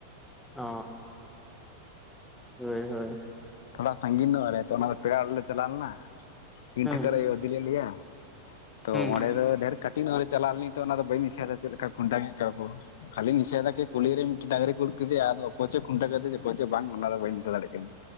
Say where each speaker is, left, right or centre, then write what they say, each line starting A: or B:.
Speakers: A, in the centre; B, on the left.
A: ᱚᱻ ᱦᱳᱭ ᱦᱳᱭ
B: ᱛᱷᱚᱲᱟ ᱥᱺᱜᱤᱱ ᱱᱚᱜ ᱨᱮ ᱛᱚ ᱚᱱᱟ ᱫᱚ ᱯᱮᱲᱟ ᱚᱲᱟᱜ ᱨᱮ ᱪᱟᱞᱟᱣ ᱞᱮᱱᱟ ᱤᱱ
A: ᱦᱩᱸ
B: ᱴᱷᱟᱹᱠᱟᱹᱨ ᱟᱭᱳ ᱤᱫᱤ ᱞᱮᱫ ᱞᱮᱭᱟ ᱛᱚ
A: ᱦᱩᱸ
B: ᱚᱸᱰᱮ ᱫᱚ ᱰᱷᱮᱨ ᱠᱟᱹᱴᱤᱡ ᱧᱚᱜ ᱪᱟᱞᱟᱣ ᱞᱤᱱᱤᱧ ᱛᱚ ᱛᱱᱟᱫᱚ ᱵᱟᱹᱧ ᱫᱤᱥᱤᱭᱮᱫᱟ ᱪᱮᱫ ᱞᱮᱠᱟ ᱠᱷᱩᱱᱴᱟᱹ ᱠᱮᱫ ᱠᱚᱣᱟ ᱠᱚ ᱠᱷᱟᱹᱞᱤᱧ ᱫᱤᱥᱟᱹᱭᱮᱫᱟ ᱠᱤ ᱠᱩᱞᱤᱨᱮ ᱢᱤᱫᱴᱮᱱ ᱰᱟᱝᱨᱤ ᱠᱚ ᱩᱰᱩᱠ ᱠᱮᱫᱮᱭᱟ ᱟᱫᱚ ᱚᱠᱚᱭ ᱪᱚ ᱠᱷᱩᱱᱴᱣ ᱠᱮᱫᱮ ᱚᱠᱚᱭ ᱪᱚ ᱵᱟᱝ ᱚᱱᱟ ᱫᱚ ᱵᱟᱹᱧ ᱫᱤᱥᱟ ᱫᱟᱲᱮᱜ ᱠᱟᱱᱟ,